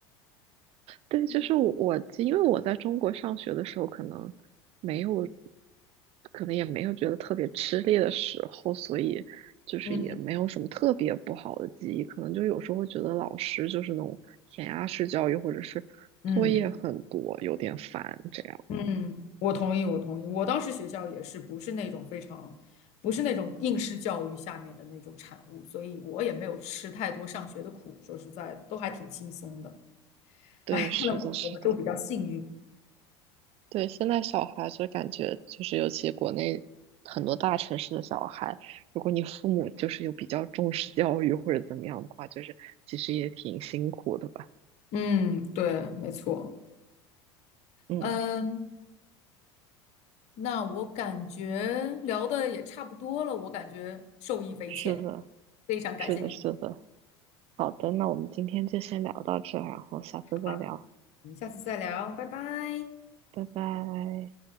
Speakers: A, on the right; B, on the left.
A: 对，就是我，
B: <laughs>
A: 我因为我在中国上学的时候，可能没有，可能也没有觉得特别吃力的时候，所以就是也没有什么特别不好的记忆。
B: 嗯
A: 可能就有时候会觉得老师就是那种填鸭式教育，或者是作业很多，
B: 嗯。
A: 有点烦这样。
B: 嗯，我同意，我同意。我当时学校也是不是那种非常，不是那种应试教育下面的那种产物，所以我也没有吃太多上学的苦。说实在的，都还挺轻松的。
A: 对，
B: 哎，
A: 是的，
B: 看来我们都比较幸运。
A: 是的，对。现在小孩就感觉就是，尤其国内很多大城市的小孩，如果你父母就是有比较重视教育或者怎么样的话，就是其实也挺辛苦的吧。
B: 嗯，对，没错。
A: 嗯，
B: 嗯，那我感觉聊的也差不多了，我感觉受益匪浅，
A: 是的，
B: 非常感谢你的
A: 是的，是的。好的，那我们今天就先聊到这儿然后下次再聊，
B: 啊，我们下次再聊，拜拜。
A: 拜拜。